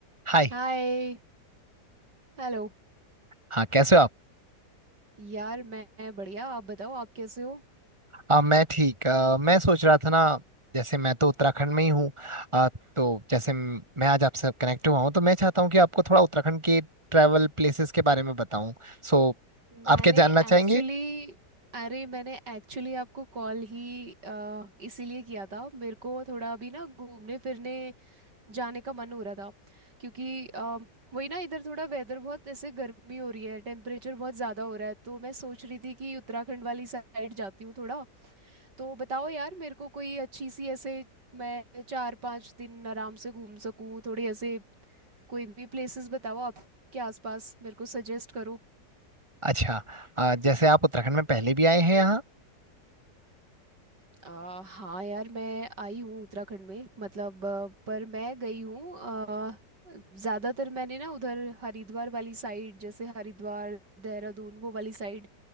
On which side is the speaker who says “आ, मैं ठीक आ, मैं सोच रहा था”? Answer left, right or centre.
Right